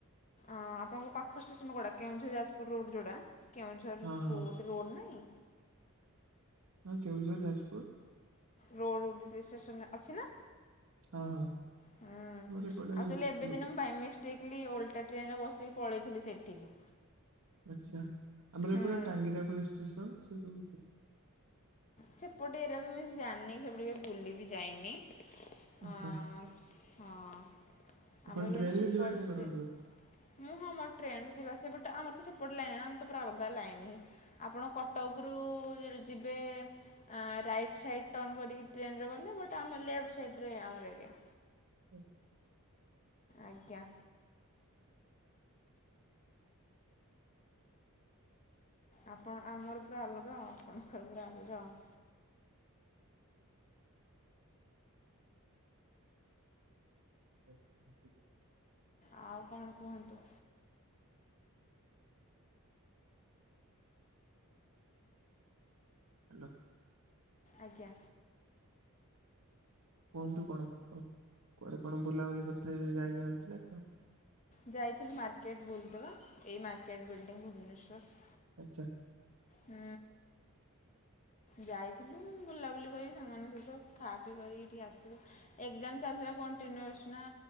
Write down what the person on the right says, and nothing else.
ହଁ ହଁ
ହଁ କେଉଁଝର ଯାଜପୁର,
ହଁ ହଁ
ଆମର ଏପଟେ
ଆଚ୍ଛା। ଆମର
ଏପଟେ ଟାଙ୍ଗରିଆ ପୋଲିସ୍ ଷ୍ଟେସନ୍ ସେଇଠୁ
ଆଚ୍ଛା
ଆପଣ
ଟ୍ରେନ
ରେ ଯିବା ଆସିବା
କରନ୍ତି ବୋଧେ
ହୁଁ।
<inaudible>
ହ୍ୟାଲୋ
କୁହନ୍ତୁ କଣ ଆଉ କୁଆଡେ କଣ ବୁଲାବୁଲି କରିଥିବେ ଯାଇନାହାନ୍ତି ନା କଣ?
ଆଚ୍ଛା!